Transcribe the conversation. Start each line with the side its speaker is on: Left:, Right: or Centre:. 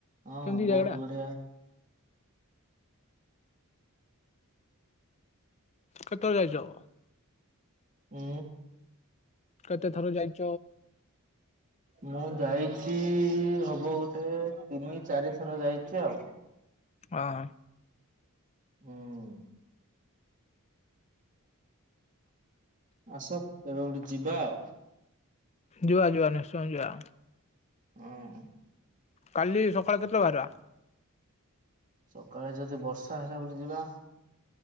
Right: ହଁ
Left: କେମିତି ଜାଗା
Right: ବହୁତ
Left: ଟା?
Right: ବଢିଆ।
Left: କେଥର ଯାଇଛ?
Right: ଉଁ
Left: କେତେ ଥର ଯାଇଛ
Right: ମୁଁ ଯାଇଛି ହବ ଗୋଟେ ତିନି ଚାରି ଥର ଯାଇଛି ଆଉ।
Left: ଅହଁ।
Right: ହୁଁ। ଆସ କୁଆଡେ ଗୋଟେ ଯିବା ଆଉ।
Left: ଯୁଆ ଜୁଆ ନିଶ୍ଚୟ ଜିଆ।
Right: ହଁ।
Left: କାଲି ସକାଳେ କେତେଟାକୁ ବାହାରିବା?
Right: ସକାଳେ ଯଦି ବର୍ଷା ହେଲା ବୋଲି ଯିବା